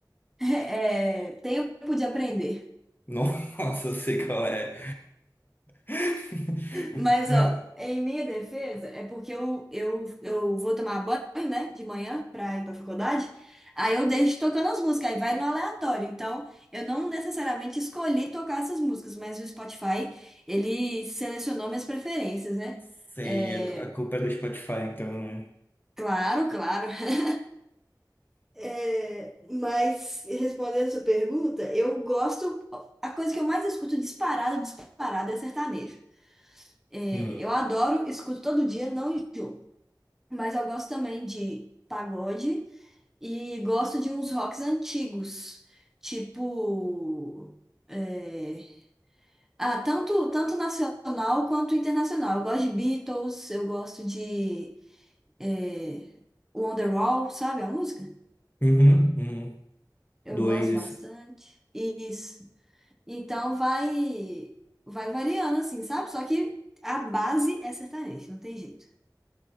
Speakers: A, in the centre; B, on the left.
A: <laughs> é, Tempo de Aprender.
B: <laughs> Nossa, eu sei qual é. <laughs>
A: Mas,
B: Mas
A: ó, em minha defesa, é porque eu, eu, eu vou tomar banho, né, de manhã pra ir pra faculdade. Aí eu deixo tocando as músicas, aí vai no aleatório. Então, eu não necessariamente escolhi tocar essas músicas, mas o Spotify, ele selecionou minhas preferências, né?
B: sei,
A: É,
B: a a culpa é do Spotify, então, né?
A: claro, claro. <laughs> É, mas respondendo a sua pergunta, eu gosto. A coisa que eu mais escuto disparado, disparado é sertanejo. É,
B: Hum.
A: eu adoro, escuto todo dia, não enjoo. Mas eu gosto também de pagode e gosto de uns rocks antigos, tipo. é, ah, tanto, tanto nacional quanto internacional. Eu gosto de Beatles, eu gosto de é, Wonderwall, sabe a música?
B: Uhum, uhum.
A: Eu
B: Dois.
A: gosto bastante. E Então vai vai variando assim, sabe? Só que a base é sertanejo, não tem jeito.